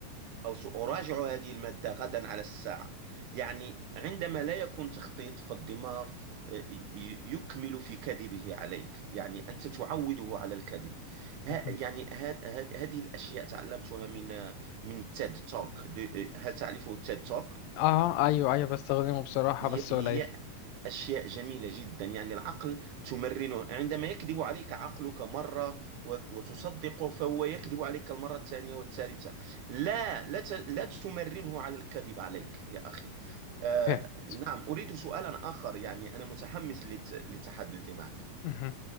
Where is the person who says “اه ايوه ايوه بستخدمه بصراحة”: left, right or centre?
Left